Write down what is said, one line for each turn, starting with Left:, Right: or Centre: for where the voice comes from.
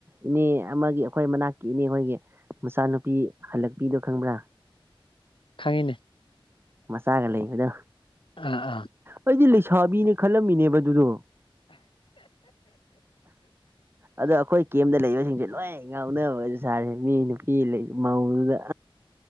Right: ꯏꯅꯦ ꯑꯃꯒꯤ ꯑꯩꯈꯣꯏ ꯃꯅꯥꯛꯀꯤ ꯏꯅꯦ ꯍꯣꯏꯒꯤ ꯃꯆꯥꯅꯨꯄꯤ ꯍꯜꯂꯛꯄꯤꯗꯣ ꯈꯪꯕ꯭ꯔꯥ
Left: ꯈꯡꯉꯤꯅꯦ
Right: ꯃꯆꯥꯒ ꯂꯩꯕꯗꯣ
Left: ꯑꯥ ꯑꯥ
Right: ꯑꯩꯗꯤ ꯂꯩꯁꯥꯕꯤꯅꯦ ꯈꯜꯂꯝꯃꯤꯅꯦꯕ ꯑꯗꯨꯗꯣ ꯑꯗꯣ ꯑꯩꯈꯣꯏ ꯀꯦꯝꯗ ꯂꯩꯕꯁꯤꯡꯁꯦ ꯂꯣꯏ ꯉꯥꯎꯅꯕꯁꯨ ꯁꯥꯔꯦ ꯃꯤ ꯅꯨꯄꯤ ꯂꯩ ꯃꯧꯗꯨꯗ